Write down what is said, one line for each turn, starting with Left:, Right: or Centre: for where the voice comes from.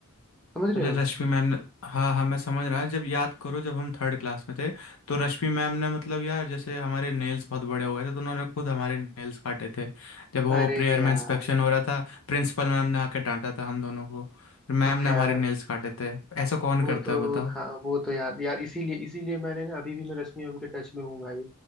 Centre: समझ रहे
Left: अरे
Centre: हो
Left: रश्मि मैम ने हाँ हाँ मैं समझ रहा है जब याद करो जब हम थर्ड क्लास में थे तो रश्मि मैम ने मतलब यार जैसे हमारे नेल्स बहुत बड़े हो गए थे तो उन्होंने खुद हमारे नेल्स काटे थे जब वो
Centre: अरे
Left: प्रेयर
Centre: यार
Left: में इंस्पेक्शन हो रहा था प्रिंसिपल मैम ने आके डांटा था हम दोनों को फिर मैम
Centre: हाँ
Left: ने
Centre: यार
Left: हमारे नेल्स काटे थे ऐसा कौन
Centre: वो
Left: करता
Centre: तो
Left: है बताओ
Centre: हाँ वो तो यार यार इसीलिए इसीलिए मैंने ना अभी भी मैं रश्मि मैम के टच में हूँ भाई